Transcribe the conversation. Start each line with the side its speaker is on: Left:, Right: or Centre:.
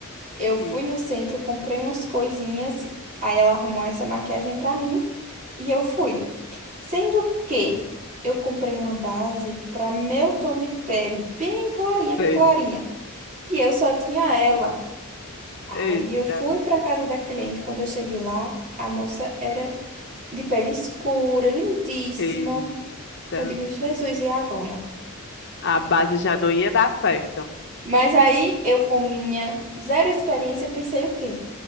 Right: eu
Left: Sim,
Right: fui no centro, comprei umas coisinhas, aí ela arrumou essa maquiagem pra mim e eu fui. Sendo que eu comprei uma base pra meu tom de pele, bem clarinha,
Left: sei.
Right: bem clarinha, e eu só tinha ela. Aí
Left: Eita,
Right: eu fui pra casa da cliente, quando eu cheguei lá, a moça era de pele escura, lindíssima.
Left: eita.
Right: Eu digo, Jesus, e agora?
Left: A base já não ia dar certo.
Right: Mas aí eu, com minha zero experiência, pensei o quê?